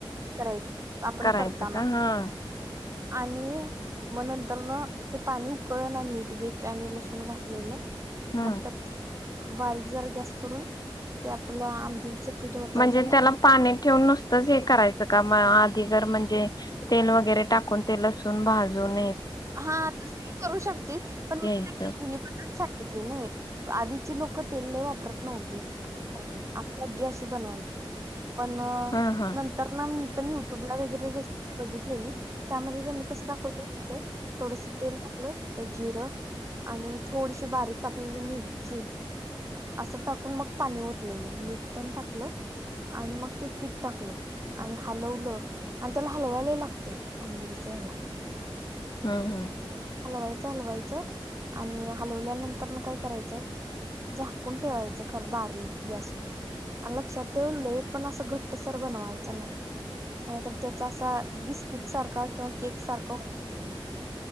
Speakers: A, on the right; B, on the left.
A: करायचं. आपण
B: करायचं
A: करताना.
B: का? हा
A: आणि, म नंतरनं ते पाणी उकळं ना मीठ बीट ते आणि लसूण घा च्नेलं
B: हम्म
A: मग त्यात बारीक जरा गॅस करून, ते आपलं आंबिलचं पीठ होतायचं
B: म्हणजे
A: आणि
B: त्याला पाणी ठेवून नुसतंच हे करायचं का म आ ती गर म्हणजे, तेल वगैरे टाकून ते लसून भाजू नयेत.
A: हां, तसही करू शकते. पण मी
B: घ्यायचं.
A: तुला एकदम जुनी पद्धत सांगितली नही. आधीची लोकं तेल लय वापरत नव्हतीत. आ आजी अशी बनवाय. पण
B: हा हा
A: नंतर ना मी पण युट्युब ला वगैरे रेस बघितले मी त्यामध्ये त्यांनी कसं दाखवलं होतंय. थोडस तेल टाकलं, त्या जिरं, आणि थोडीशी बारीक कापलेली मिरची, असं टाकून मग पाणी ओतलेलं. मीठ पण टाकलं, आणि मग ते पीठ टाकलं, आणि हलवलं. आणि त्याला हलवाय लई लागते, आंबिलच्या ह्याला.
B: हम्-हम्
A: अलवायचं हलवायचं, आणि हालवल्यानंतरनं काय करायचं, झाकून ठेवायचं खर बारीक गॅसवर. आण् लक्षात ठेव लय पण असं घट्टसर बनवायचं नाही. नाहीतर त्याचा असा बिस्किट सारखा किंवा केक सारखा होतंय मग.